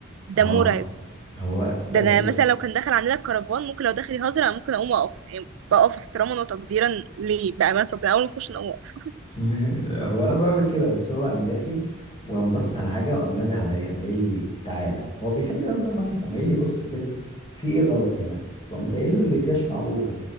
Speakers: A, on the left; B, on the right.
A: اه
B: ده مرعب
A: هو ده
B: ده انا
A: ده-
B: مثلا لو كان دخل عندنا الكرفان ممكن لو دخل يهزر انا ممكن اقوم اقف يعني بقف احتراما وتقديرا ليه بامانه ربنا اول ما اخش انا اقوم اقف
A: <laughs> هو أنا بعمل كده بس هو قام داخل وقام بص على حاجة وقام نادي عليا قام قايل لي تعالى هو بيحب يهزر معايا فقام قايل لي بص كده في إيه غلط هنا فقمت قايل له الأتياش معوجة